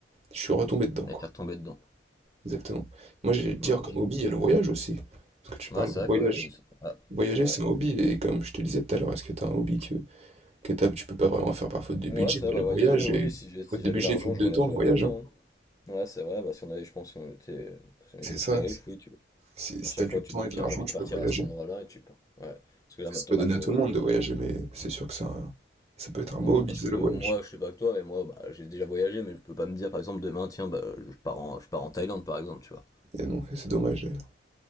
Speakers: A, on the right; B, on the left.
A: je suis retombé dedans,
B: Et
A: quoi.
B: t'es retombé dedans.
A: Exactement. Moi, j'allais te dire,
B: Ok.
A: comme hobby, il y a le voyage aussi. Parce que tu parles
B: Ouais, c'est
A: de
B: vrai
A: voyage.
B: que ouais, je ne sais pas.
A: Voyager,
B: Ouais.
A: c'est un hobby. Et comme je te disais tout à l'heure, est-ce que t'as un hobby que, Que t'as- tu peux pas vraiment faire par faute de
B: Ouais,
A: budget.
B: ça,
A: Bah,
B: bah
A: le
B: voyager,
A: voyage
B: oui,
A: est
B: si j'ai- si
A: faute de
B: j'avais
A: budget,
B: l'argent,
A: faute
B: je
A: de
B: voyagerais
A: temps, le voyage.
B: tout le temps.
A: hein.
B: hein. Ouais, c'est vrai, bah si on avait, je pense, si on était, si on
A: C'est
B: était
A: ça.
B: très riche, oui,
A: Si, si
B: À chaque
A: t'as du
B: fois,
A: temps
B: tu te dis,
A: et de
B: tiens,
A: l'argent,
B: j'ai envie
A: tu
B: de partir
A: peux voyager.
B: à cet endroit-là, et tu pars. Ouais. Parce que là, maintenant,
A: C'est pas
B: bah,
A: donné
B: faut...
A: à tout le monde de
B: faut-
A: voyager, mais c'est sûr que c'est un- ça peut être un beau
B: Oui,
A: hobby,
B: parce
A: c'est
B: que
A: le voyage.
B: moi, je sais pas que toi, et moi, bah, j'ai déjà voyagé, mais je peux pas me dire, par exemple, demain, tiens, bah, je pars en, je pars en Thaïlande, par exemple, tu vois.
A: Et non, c'est c'est dommage d'ailleurs.